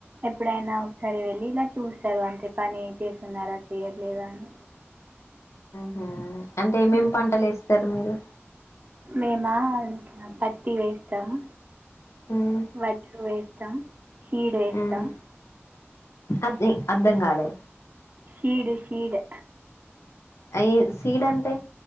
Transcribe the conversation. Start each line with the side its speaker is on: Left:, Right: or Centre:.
Right: ఎప్పుడైనా ఒకసారి వెళ్ళి ఇలా చూస్తారు అంతే పని ఏం చేస్తున్నారా చెయట్లేదా అని
Left: హ అంటే ఏమేమి
Right: ఉమ్.
Left: పంటలు వేస్తారు మీరు
Right: మేమా పత్తి వేస్తాము
Left: ఉమ్
Right: వజ్రు వేస్తాం హీడు వేస్తాం
Left: ఉమ్ అద్ అర్దంగాలే
Right: షీడు షీడు
Left: అయి సీడ్ అంటే